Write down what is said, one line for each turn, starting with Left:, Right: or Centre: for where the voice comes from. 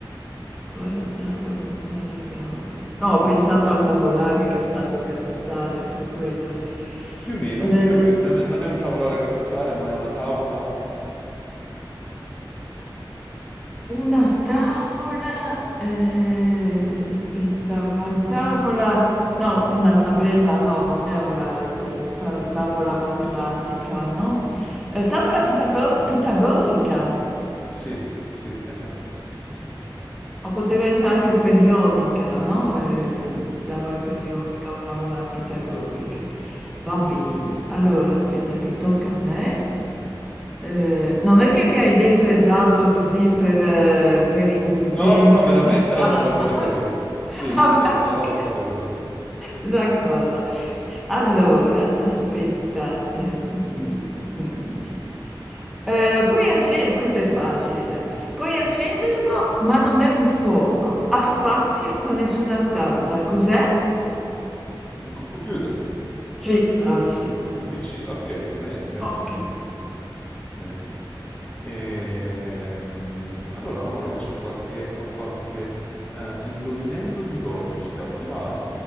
Centre: Quale tavolo non ha le gambe? No, ho pensato al tavolare casta- catastale per quello.
Left: Più o meno,
Centre: Eh,
Left: più o meno, non è, non è un tavolare catastale, ma è una tavola...
Centre: una tavola, eh, aspetta, una tavola, no, una tabella, no, non è una eh, ta- tavola matematica, no? Eh, tavola pitago- pitagorica.
Left: Sì, sì, esatto, esatto.
Centre: O poteva essere anche periodica, no? Ehm, tavola periodica o tavola pitagorica. Va bene, allora aspetta che tocca a me. Eh, non è che mi hai detto esatto così per, eh, per indulgente
Left: No, no, no, veramente
Centre: pietà.
Left: è la tavola pitagorica.
Centre: <laughs>
Left: Sì,
Centre: Vabbè,
Left: sì, è la
Centre: ok.
Left: tavola pitagorica.
Centre: D'accordo. Allora, aspetta, eh, gli 11. Eh, puoi acce- questo è facile, dai. Puoi accenderlo, ma non è un fuoco. Ha spazio, ma nessuna stanza. Cos'è?
Left: Un computer,
Centre: Sì, bravissimo.
Left: un PC, ok, bene, bene,
Centre: Ok.
Left: bene. Bene. Ehm, allora, Mauro, io c'ho qualche- ho qualche, eh, indovinello di logica, ti va?